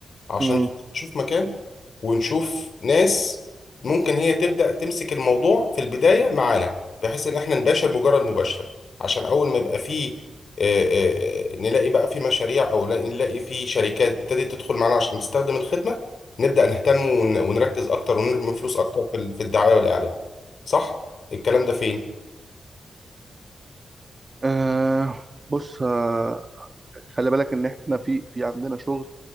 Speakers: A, on the left (about 65°); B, on the right (about 40°).
A: عشان
B: مم.
A: نشوف مكان ونشوف ناس ممكن هي تبدأ تمسك الموضوع في البداية معانا بحيث ان احنا نباشر مجرد مباشرة عشان اول ما يبقى فيه آه، آه، آه، نلاقي بقى في مشاريع او لا- نلاقي في شركات ابتدت تدخل معانا عشان تستخدم الخدمة نبدأ نهتم ون- ونركز اكتر ونرمي فلوس اكتر في ال- في الدعاية والاعلان صح الكلام ده فين
B: آه بص آه خلي بالك ان احنا في في عندنا شغل